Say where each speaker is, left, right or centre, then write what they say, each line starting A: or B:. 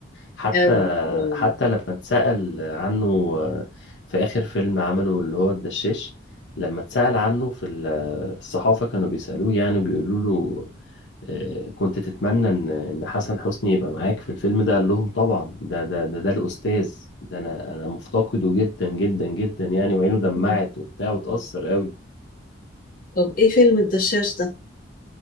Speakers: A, on the left (about 70°); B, on the left (about 45°).
A: حتى
B: أوي مم،
A: حتى لما اتسأل عنه آه، في آخر فيلم عمله اللي هو الدشاش لما اتسأل عنه في ال- الصحافة كانوا بيسألوه يعني بيقولوا له آه، كنت تتمنى ان ان حسن حسني يبقى معاك في الفيلم ده قال لهم طبعا ده ده ده ده الاستاذ ده انا انا مفتقده جدا جدا جدا يعني وعينه دمعت
B: مم.
A: وبتاع وتأثر قوي
B: طب ايه فيلم الدشاش ده